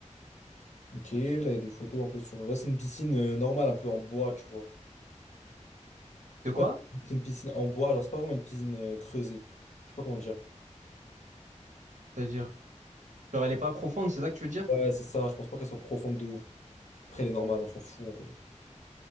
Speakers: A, on the left; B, on the right.
A: Ok, là, il y a des photos un peu sur. Là, c'est une piscine euh, normale, un peu en bois, tu vois.
B: De
A: C'est
B: quoi?
A: pas... c'est une piscine en bois, genre, c'est pas vraiment une piscine euh, creusée. Je sais pas comment dire.
B: C'est-à-dire? Genre, elle est pas profonde, c'est ça que tu veux dire?
A: Ouais, c'est ça, je pense pas qu'elle soit profonde de ouf. Après, elle est normale, on s'en fout en vrai.